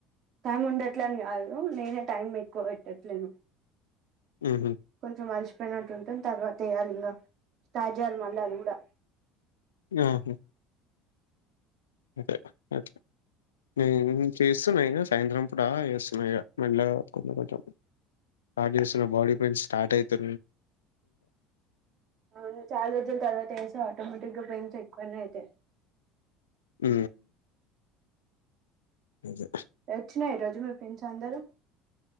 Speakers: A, on the right; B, on the left.
A: టైమ్ ఉండట్లే అని కాదు ఉ నేనే టైం ఎక్కువ పెట్టచ్ లేను
B: ఉహు
A: కొంచం అలిసి చెయానట్టు ఉంటాం తర్వాత చేయాలి ఇంకా స్టార్ట్ చెయ్యాలి మళ్ళీ అది కూడా
B: ఉ హుమ్ అ అ నేను చేస్తున్నా ఇగ సాయంత్రం పూట చేస్తున్నా ఇగ మెల్లగా కొంచెం కొంచెం స్టార్ట్ చేస్తున్న బాడీ పెయిన్స్ స్టార్ట్ అవుతు
A: అ చాల రోజుల తర్వాత చేస్తున్న స్తే ఆటోమేటిక్ గా పెయిన్స్ ఎక్కువనే అయితాయి
B: ఉ నిజం
A: వచ్చినారా ఈ రోజు మీ ఫ్రెండ్స్ అందరుూ